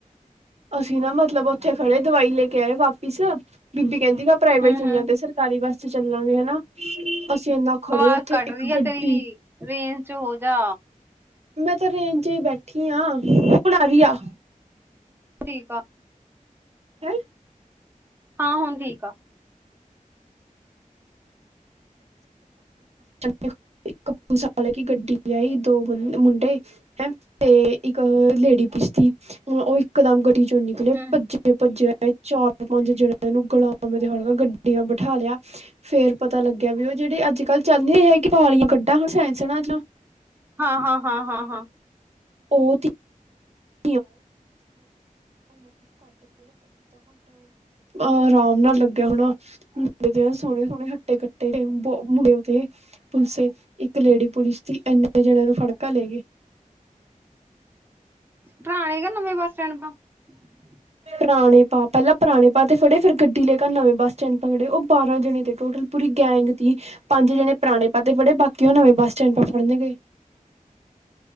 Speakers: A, on the right (about 50°); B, on the right (about 15°).
A: ਅਸੀਂ ਨਾ ਮਤਲਬ ਓਥੇ ਖੜੇ ਦਵਾਈ ਲੇ ਕੇ ਆਏ ਵਾਪਿਸ, ਬੀਬੀ ਕੈਂਦੀ ਗਾ ਪ੍ਰਾਈਵੇਟ
B: ਹਮ
A: ਚ ਨੀ
B: ਹਮ
A: ਜਾਂਦੇ, ਸਰਕਾਰੀ ਬੱਸ ਤੇ ਚੱਲਾਂਗੇ, ਹਨਾ। ਅਸੀਂ ਇੰਨਾ ਖੜੇ
B: ਆਵਾਜ਼
A: ਓਥੇ
B: ਕੱਟ
A: ਇੱਕ
B: ਰਹੀ ਹੈ
A: ਗੱਡੀ
B: ਤੇਰੀ ਰੇਂਜ ਚ ਹੋਜਾ
A: ਮੈਂ ਤਾਂ ਰੇਂਜ ਚ ਈ ਬੈਠੀ ਆਂ। ਹੁਨ ਆਰੀ ਆ?
B: ਠੀਕ ਆ
A: ਹੈਂ?
B: ਹਾਂ ਹੁਨ ਠੀਕ ਆ।
A: ਇੱਕ ਪੁਲਿਸ ਆਲੇ ਕੀ ਗੱਡੀ ਆਈ, ਦੋ ਮੁੰਡੇ ਹੈਂ ਤੇ ਇੱਕ ਹੋਰ ਲੇਡੀ ਪੁਲਿਸ ਥੀ, ਓਹ ਇਕਦਮ ਗੱਡੀ ਚੋਂ ਨਿਕਲੇ,
B: ਹਮ
A: ਭੱਜੇ-ਭੱਜੇ ਆਏ, ਚਾਰ-ਪੰਜ ਜਣਿਆਂ ਨੂੰ ਗੁਲਾਮ ਤੇ ਹੜ ਗੱਡੀ ਬਿਠਾ ਲਿਆ ਫੇਰ ਪਤਾ ਲੱਗ ਕੈਂਦੇ ਜੇੜੇ ਅੱਜ ਕੱਲ੍ਹ ਚੱਲਦੇ ਹੈਗੇ ਪਾਲੀਆਂ ਕੱਢਾਂ ਸੈਂਸਰਾ ਜਿਆਂ
B: ਹਾਂ ਹਾਂ ਹਾਂ ਹਾਂ ਹਾਂ
A: ਓਹ ਤਿ <inaudible> ਅ ਆਰਾਮ ਨਾਲ ਲੱਗਿਆ ਹੋਨਾ <inaudible> ਸਾਰੇ ਹੱਟੇ-ਕੱਟੇ ਸੇ ਮੁੰਡੇ ਥੇ। ਪੁਲਿਸੇ ਇੱਕ ਲੇਡੀ ਪੁਲਿਸ ਦੀ ਐਨੇ ਜਣਿਆਂ ਨੂੰ ਫੜਕਾ ਲੇ ਗਏ।
B: ਪੁਰਾਣੇ ਯਾ ਨਵੇਂ ਬੱਸ ਸਟੈਂਡ ਤੋਂ? <unintelligible>
A: ਪੁਰਾਣੇ ਪਾਅ ਪੈਲਾਂ ਪੁਰਾਣੇ ਪਾ ਤੇ ਫੜੇ, ਫਿਰ ਗੱਡੀ ਲੈ ਕੇ ਨਵੇਂ ਬੱਸ ਸਟੈਂਡ ਪਕੜੇ। ਓਹ ਬਾਰਾਂ ਜਣੇ ਥੇ ਟੋਟਲ। ਪੂਰੀ ਗੈਂਗ ਥੀ। ਪੰਜ ਜਣੇ ਪੁਰਾਣੇ ਪਾ ਤੇ ਫੜੇ ਬਾਕੀ ਓਹ ਨਵੇਂ ਬੱਸ ਸਟੈਂਡ ਪਾ ਫੜਨ ਗਏ।